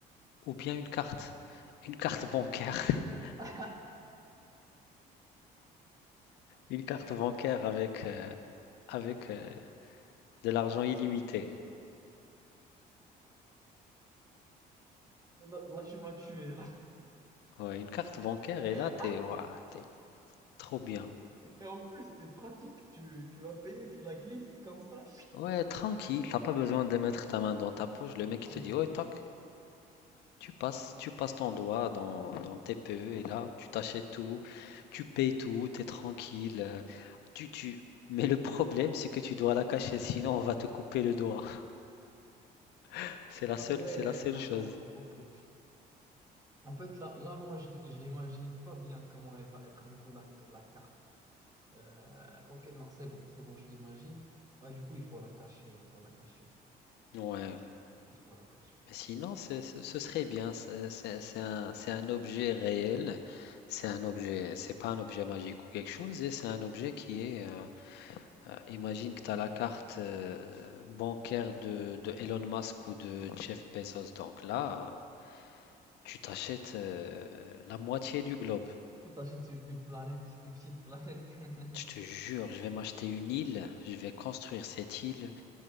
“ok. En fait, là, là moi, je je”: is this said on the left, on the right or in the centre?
Right